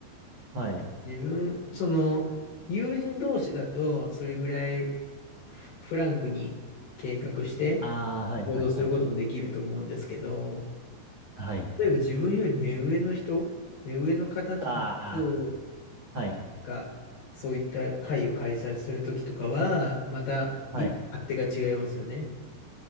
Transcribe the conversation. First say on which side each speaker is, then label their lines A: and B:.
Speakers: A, on the right; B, on the left.
A: はい。
B: 自分、その、友人同士だと、それぐらいフフランクに計画して
A: ああ、はいはいはい。
B: 行動することもできると思うんですけど、
A: はい。
B: 例えば自分より目上の人、目上の方とかと、
A: ああ、はい。
B: なんか、そういった会を開催するときとかは、また一勝手が違いますよね。
A: はい。